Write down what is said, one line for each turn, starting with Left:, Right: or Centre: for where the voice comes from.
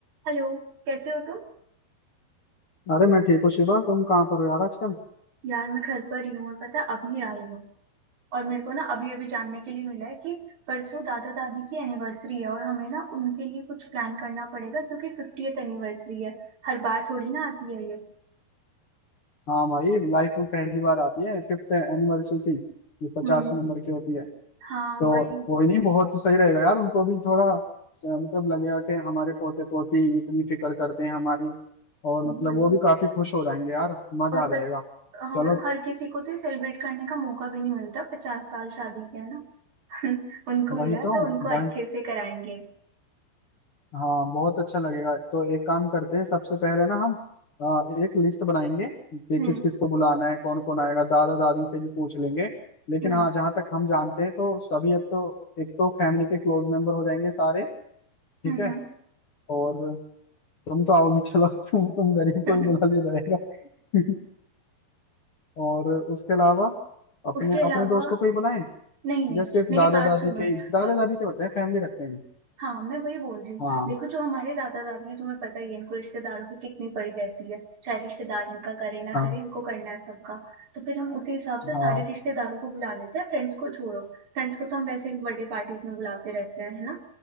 Right: Hello कैसे हो तुम
Left: अरे मैं ठीक हूँ शिवा तुम कहाँ पर हो यार आजकल
Right: यार मैं घर पर ही हूँ और पता है, अभी आई हूँ और मेरे को ना अभी अभी जानने के लिए मिला है कि परसों दादा दादी की एनिवर्सरी है और हमें ना उनके लिए कुछ प्लान करना पड़ेगा क्योंकि फिफ्टियथ एनिवर्सरी है हर बार थोड़ी ना आती है ये
Left: हाँ भाई लाइफ में पहली बार आती है फिफ्थ एनिवर्सरी थी ये पचास
Right: हम्म
Left: नंबर की होती है
Right: हाँ
Left: तो
Right: वही
Left: कोई नहीं बहुत सही रहेगा यार उनको भी थोड़ा स- मतलब लगेगा कि हमारे पोते पोती इतनी फिक्र करते हैं हमारी और
Right: वही
Left: मतलब वो भी काफी खुश हो जाएंगे यार मजा
Right: और
Left: आ
Right: पत,
Left: जाएगा
Right: और
Left: चलो
Right: हर किसी को तो सेलिब्रेट करने का मौका भी नहीं मिलता पचास साल शादी के है ना <laughs> उनको
Left: वही
Right: मिला
Left: तो
Right: तो उनको अच्छे
Left: वही
Right: से कराएंगे
Left: हाँ बहुत अच्छा लगेगा तो एक काम करते हैं सबसे पहले ना हम अ, एक लिस्ट बनाएंगे कि
Right: हम्म
Left: किस किस को बुलाना है कौन कौन आएगा दादा दादी से भी पूछ लेंगे लेकिन
Right: हम्म
Left: हाँ जहाँ तक हम जानते हैं तो सभी अब तो एक तो फैमिली के क्लोज मेंबर हो जाएंगे सारे ठीक
Right: हम्म
Left: है और तुम तो आओगी चलो तुम तुम गरीब को
Right: हम्म।
Left: ही बुला लिया जाएगा <laughs> और उसके अलावा
Right: <laughs>
Left: अपने
Right: उसके अलावा
Left: अपने दोस्तों को ही बुलाएं
Right: नहीं नहीं
Left: या सिर्फ
Right: मेरी
Left: दादा
Right: बात
Left: दादी
Right: सुनो
Left: के दादा
Right: अ,
Left: दादी के बताएं फैमिली रखते हैं
Right: हाँ मैं वही बोल रही हूँ
Left: हाँ
Right: देखो जो हमारे दादा दादी हैं तुम्हें पता ही है इनको रिश्तेदारों की कितनी पड़ी रहती है चाहे रिश्तेदार इनका करे ना
Left: हाँ
Right: करे इनको करना है सबका तो फिर हम उसी हिसाब से सारे
Left: हाँ
Right: रिश्तेदारों को बुला लेते हैं फ्रेंड्स को छोड़ो फ्रेंड्स को तो हम वैसे भी बर्थडे पार्टीज में बुलाते रहते हैं है ना